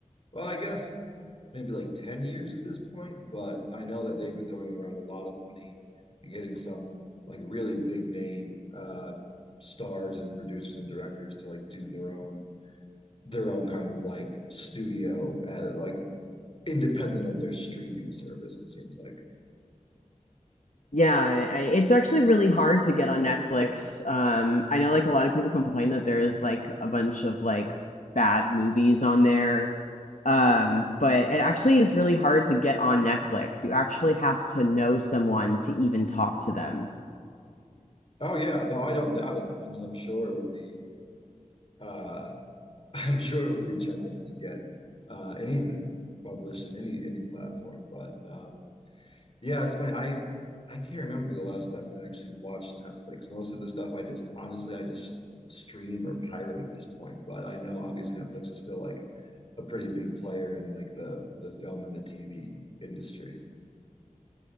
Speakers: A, on the left; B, on the left.
A: well, I guess maybe like 10 years at this point, but I know that they've been throwing around a lot of money and getting some like really big name uh stars and producers and directors to like do their own their own kind of like studio at like independent of their streaming service, it seems like.
B: Yeah, I, it's actually really hard to get on Netflix. Um, I know like a lot of people complain that there is like a bunch of like bad movies on there. Um, but it actually is really hard to get on Netflix. You actually have to know someone to even talk to them.
A: Oh yeah, no, I don't doubt it. I mean, I'm sure it would be uh <laughs> I'm sure it would be challenging to get uh anything published in any any platform. But um yeah, it's funny. I I can't remember the last time I actually watched Netflix. Most of the stuff I just honestly I just stream or pirate at this point. But I know obviously Netflix is still like a pretty big player in like the the film and the TV industry.